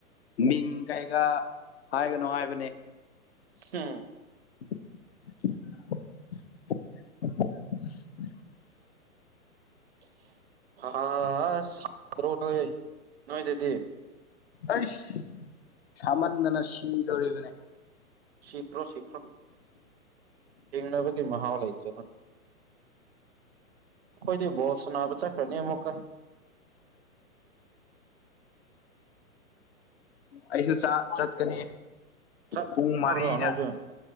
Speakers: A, on the left (about 45°); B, on the right (about 45°).
A: ꯃꯤꯡ ꯀꯩꯒ ꯍꯥꯏꯒꯅꯣ ꯍꯥꯏꯕꯅꯦ
B: ꯍꯣ
A: <unintelligible>
B: <unintelligible>
A: ꯑꯥꯁ ꯁꯥꯃꯟꯗꯅ ꯁꯤꯗꯧꯔꯤꯕꯅꯦ
B: ꯁꯤꯈ꯭ꯔꯣ ꯁꯤꯈ꯭ꯔꯣ ꯍꯤꯡꯅꯕꯒꯤ ꯃꯍꯥꯎ ꯂꯩꯇ꯭ꯔꯕ ꯑꯩꯈꯣꯏꯗꯤ ꯕꯣꯜ ꯁꯅꯕ ꯆꯈ꯭ꯔꯅꯤ ꯑꯃꯃꯨꯛꯀꯥ
A: ꯑꯩꯁꯨ ꯆꯠꯀꯅꯤ
B: ꯆꯠ
A: ꯄꯨꯡ ꯃꯔꯤꯗ
B: ꯂꯥꯕꯔꯣ ꯅꯣꯏꯁꯨ